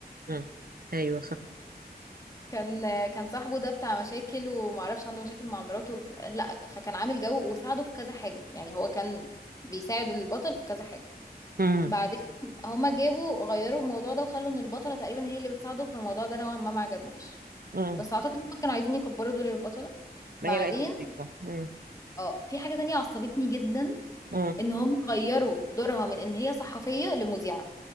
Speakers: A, on the right; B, on the left.
A: امم ايوه صح
B: كان كان صاحبه ده بتاع مشاكل ومعرفش عنده مشاكل مع مراته ف... لا فكان عامل جو وساعده في كذا حاجه يعني هو كان بيساعد البطل في كذا حاجه
A: امم
B: بعدين هما جابوا غيروا الموضوع ده وخلوا ان البطله تقريبا هي اللي بتساعده في الموضوع ده نوعا ما ما عجبنيش
A: امم
B: بس اعتقد هما كانوا عايزين يكبروا دور البطله بعدين
A: ما هي بقى دي الفكرة امم
B: اه في حاجه تانية عصبتني جدا
A: امم
B: ان هم غيروا دورها من ان هي صحفيه لمذيعه